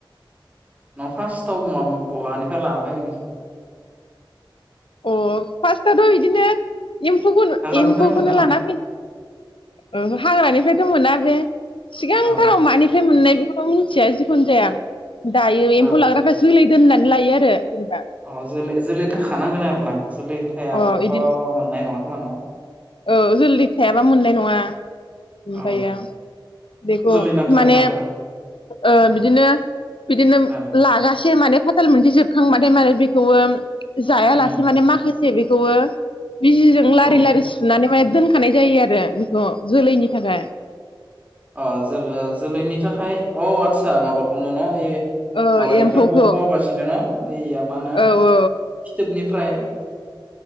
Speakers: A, on the right; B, on the left.
A: मा फार्स्टाव महा बहानिफ्राय लाना फैगोन बेखौ
B: अ फास्टाथ' बिदिनो एम्फौखौनो
A: हाग्रानिफ्राय
B: एम्फौखौनो
A: मोनो नामा
B: लाना फै ओ हाग्रानिफ्रायथ' मोना बे सिगांथाराव
A: औ
B: मानिफ्राय मोननाय? बेखौथ' मिथिया जिखुनु जाया दायो
A: औ
B: एम्फौ लाग्राखासो होलाय दोननानै लायो आरो जेनेबा
A: अ जोलै जोलै थाखानांगोन आरो ना जोलै थायाबाथ'
B: अ इदिन
A: मोननाय नङा। होवा न'?
B: औ जोलदि थायाबा मोननाय नङा। ओमफायो
A: औ
B: बेखौ
A: जोलै नांखागोन
B: माने
A: आरो ना
B: ओ बिदिनो बिदिनो
A: औ
B: लागासे माने फाथाल मोनसे जोबखांबाथाय माने बेखौबो। जायालासे
A: उम
B: माने माखासे जे बेखौबो बिजिजों लारि
A: औ
B: लारि सु नानै दोनखानाय जायो आरो बेखौ जोलैनि थाखाय।
A: अ जोलै जोलैनि थाखाय औ आतसा माबाखौनो न' ओइयो
B: औ
A: माबानिफ्राय
B: एम्फौखौ
A: बख'वाबासिनो ना? इया मा होनो
B: औ औ
A: फिथोबनिफ्राय